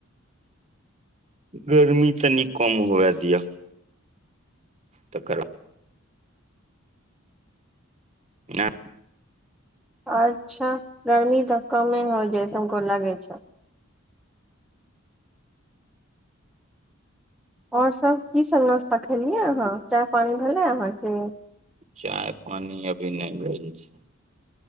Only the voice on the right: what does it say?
गर्मी तनी कम हुए दिय तकर <unintelligible>
चाय पानि अभी नहि भेल छै।